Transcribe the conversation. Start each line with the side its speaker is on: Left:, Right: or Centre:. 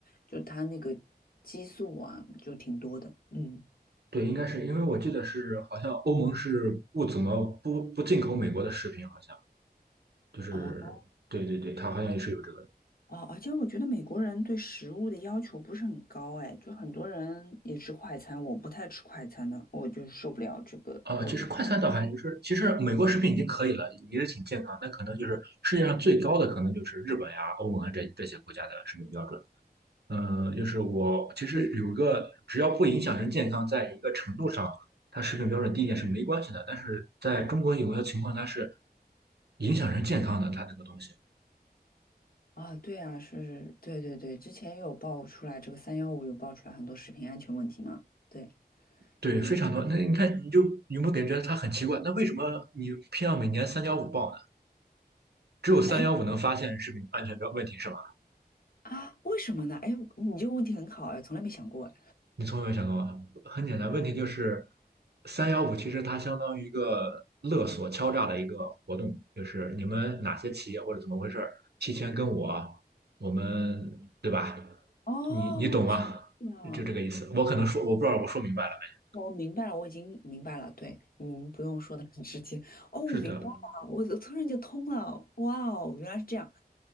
Left: 就它那个激素啊，就挺多的。嗯，
Right: 对，应该是因为我记得是好像欧盟是不怎么不不进口美国的食品，好像就是对对对，
Left: 哦，
Right: 它好像也是有这个
Left: 哦，而且我觉得美国人对食物的要求不是很高，哎，就很多人也吃快餐，我不太吃快餐的，我就受不了这个，
Right: 啊。
Left: 我就
Right: 其实快餐倒还就是其实美国食品已经可以了，也是挺健康，但可能就是世界上最高的可能就是日本呀、欧盟啊这这些国家的食品标准。嗯，就是我其实有一个，只要不影响人健康，在一个程度上，它食品标准低一点是没关系的。但是在中国有些情况，它是影响人健康的，它那个东西，
Left: 啊，对啊，是，对对对，之前也有爆出来这个三幺五有爆出来很多食品安全问题嘛，对，
Right: 对，
Left: 嗯，
Right: 非常多。那你看，你就有没有感觉它很奇怪？那为什么你偏要每年三幺五报呢？只有三幺五能发现食品安全标问题是吧？
Left: 哎啊，为什么呢？哎，你这个问题很好哎，从来没想过哎，
Right: 你从来没想过吗？很简单，问题就是三幺五其实它相当于一个勒索敲诈的一个活动，就是你们哪些企业或者怎么回事儿，提前跟我，我们对吧？
Left: 哦，
Right: 你你懂吗？
Left: 是这样。
Right: 就这个意思。我可能说我不知道我说明白了没？
Left: 我明白了，我已经明白了。对，你们不用说的很直接。哦，我明白了，
Right: 是的，
Left: 我突然就通了。哇哦，原来是这样。